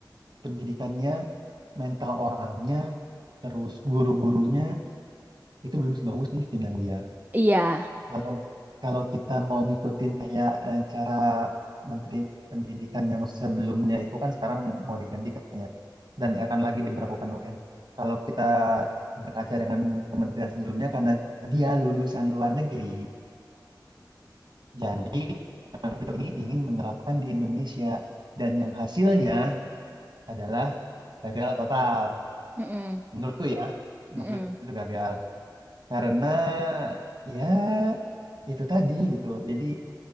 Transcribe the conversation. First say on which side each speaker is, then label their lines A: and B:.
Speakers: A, on the right; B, on the right.
A: pendidikannya, mental orangnya, terus guru-gurunya itu belum sebagus di Finlandia.
B: iya
A: Kalau kalau kita mau ngikutin kayak eh, cara Menteri Pendidikan yang sebelumnya itu kan sekarang mau diganti katanya tuh dan akan lagi diberlakukan UN. Kalau kita berkaca dengan kementerian sebelumnya karena dia lulusan luar negeri, jadi beliau ini ingin menerapkan di Indonesia dan yang hasilnya adalah gagal total.
B: Mm-mm.
A: Menurutku ya, menurutku
B: Mm-mm.
A: itu gagal. Karena ya itu tadi gitu. Jadi